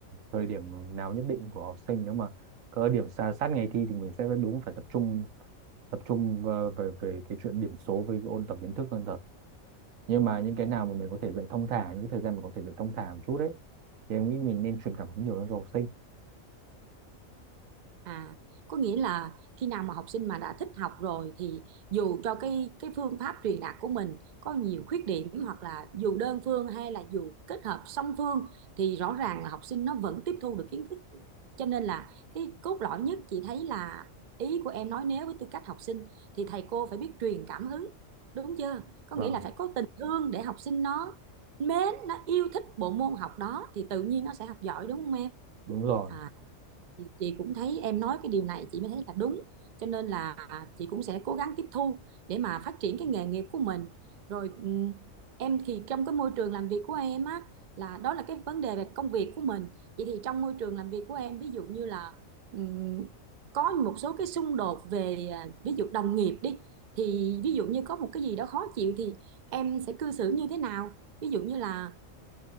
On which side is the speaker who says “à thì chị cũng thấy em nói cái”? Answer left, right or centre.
Right